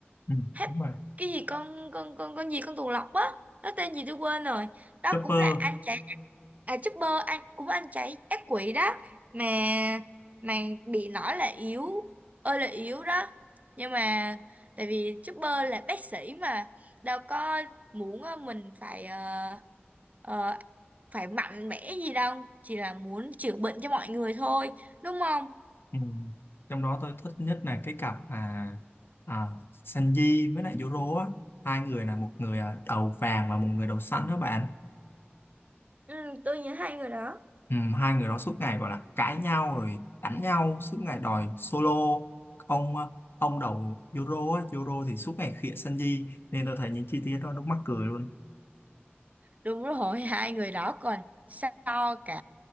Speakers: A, on the left; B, on the right.
A: ừ,
B: hết
A: đúng rồi
B: cái gì con con con con gì con tuần lộc á nó tên gì tôi quên rồi đó
A: Chopper
B: cũng là anh chạy à, Chopper anh cũng anh chạy ác quỷ đó mà mà bị nói là yếu ơi là yếu đó nhưng mà tại vì Chopper là bác sĩ mà đâu có muốn ờ, mình phải ờ, ờ, phải mạnh mẽ gì đâu chỉ là muốn chữa bệnh cho mọi người thôi đúng không
A: ừ. Trong đó tôi thích nhất là cái cặp là à, Sanji với lại Zoro á hai người là một người à, đầu vàng và một người đầu xanh đó bạn
B: ừ, tôi nhớ hai người đó
A: ừ. hai người đó suốt ngày gọi là cãi nhau rồi đánh nhau suốt ngày đòi solo ông à, ông đầu Zoro á Zoro thì suốt ngày khịa Sanji nên tôi thấy những chi tiết đó nó mắc cười luôn
B: đúng rồi <laughs> hai người đó còn so cả